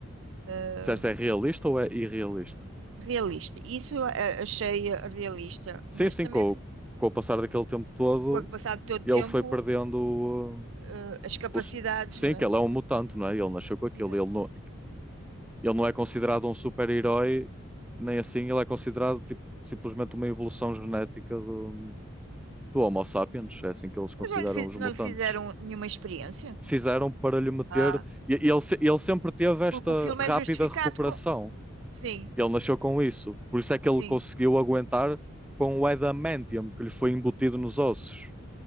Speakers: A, on the right; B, in the centre.
A: Eh,
B: Disseste é realista ou é irrealista?
A: realista. Isso eh, achei realista.
B: Sim,
A: Mas
B: sim,
A: também,
B: com,
A: foi-
B: o- com o passar daquele tempo todo,
A: com o passar do todo
B: ele
A: tempo,
B: foi perdendo uh,
A: eh, as capacidades,
B: o, s- Sim,
A: não é?
B: que ele é um mutante, não é? Ele nasceu com aquilo.
A: Exato.
B: Ele não... Ele não é considerado um super-herói, nem assim ele é considerado tipo, simplesmente uma evolução genética do, do Homo sapiens. É assim que eles consideram
A: Mas não lhe, fi-
B: os
A: não
B: mutantes.
A: lhe fizeram nenhuma experiência.
B: Fizeram para lhe meter.
A: Ah,
B: e- e Ele, se- ele sempre teve esta
A: porque o filme
B: rápida
A: é justificado
B: recuperação.
A: com. Sim,
B: Ele nasceu com isso. Por isso é que
A: sim.
B: ele conseguiu aguentar com o adamantium que lhe foi embutido nos ossos.